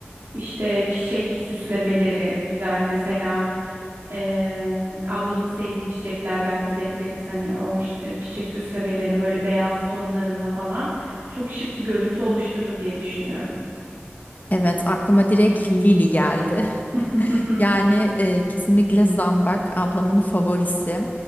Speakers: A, on the right; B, on the left.
A: İşte çiçek süslemeleri güzel mesela. e, ablanın sevdiği çiçeklerden gidebiliriz. Hani o ş- e, çiçek süslemelerini böyle beyaz tonlarında falan çok şık bir görüntü oluşturur diye düşünüyorum.
B: Evet, aklıma direkt Lili geldi.
A: <laughs>
B: Yani e, kesinlikle zambak ablamın favorisi.